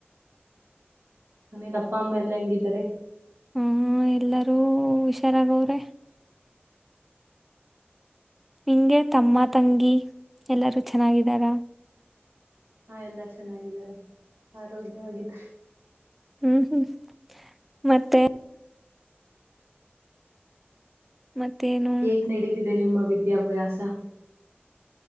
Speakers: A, on the right (about 80°); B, in the centre.
A: ಮನೇದ್ ಅಪ್ಪ ಅಮ್ಮ ಎಲ್ಲಾ ಹೆಂಗಿದ್ದಾರೆ
B: ಹ್ಮ್ ಎಲ್ಲರೂ ಹುಷಾರಾಗ ಅವ್ರೆ. ನಿಂಗೆ ತಮ್ಮ, ತಂಗಿ ಎಲ್ಲರೂ ಚೆನ್ನಾಗಿದಾರ
A: ಹಾ ಎಲ್ಲ ಚೆನ್ನಾಗಿದ್ದಾರೆ. ಆರೋಗ್ಯವಾಗಿ ಇದಾರೆ
B: ಹ್ಮ್ ಹ್ಮ್ ಮತ್ತೆ ಮತ್ತೇನು
A: ಹೇಗ್ ನಡೀತಿದ್ದೆ ನಿಮ್ಮ ವಿದ್ಯಾಭ್ಯಾಸ